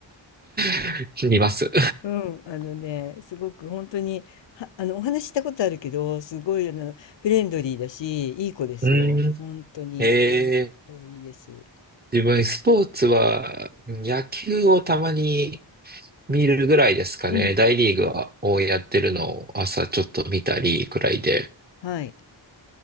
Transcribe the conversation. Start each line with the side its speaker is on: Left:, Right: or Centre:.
Right: <laughs> 見ます。
Left: <laughs> うん、あのね、すごく本当に、はあの、お話ししたことあるけど、すごい、あの、フレンドリーだし、いい子ですよ。
Right: うん。<laughs>
Left: 本当に。
Right: ええ
Left: うん、それいいです。
Right: ー、自分、スポーツは、野球をたまに見るぐらいですかね。
Left: うん、
Right: 大リーグは、をやってるのを朝ちょっと見たりくらいで。
Left: はい。